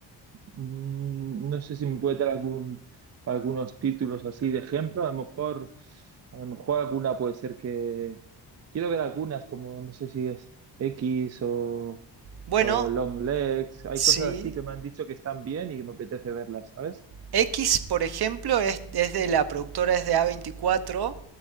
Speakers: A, on the right (about 35°); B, on the right (about 60°).
A: Mm, No sé si me puede dar algún, algunos títulos así de ejemplo. A lo mejor, a lo mejor alguna puede ser que. Quiero ver algunas, como no sé si es X o,
B: Bueno,
A: o Long Legs. Hay
B: sí.
A: cosas así que me han dicho que están bien y me apetece verlas, ¿sabes?
B: X, por ejemplo, es, es de la productora, es de A24.